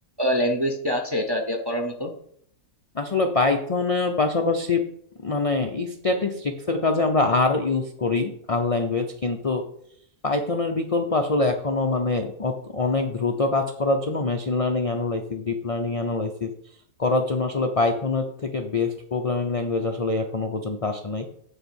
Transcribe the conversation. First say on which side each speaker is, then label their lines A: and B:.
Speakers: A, on the right; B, on the left.
A: ল্যাঙ্গুয়েজ কি আছে এটা দিয়ে করার মতো
B: আসলে পাইথনের পাশাপাশি মানে স্ট্যাটিস্টিক্স এর কাজে আমরা আর ইউজ করি আর ল্যাঙ্গুয়েজ কিন্তু পাইথনের বিকল্প আসলে এখনো মানে অত- অনেক দ্রুত কাজ করার জন্য machine learning analysis deep learning analysis করার জন্য আসলে পাইথনের থেকে বেস্ট প্রোগ্রামিং ল্যাঙ্গুয়েজ আসলে এখনো পর্যন্ত আসে নাই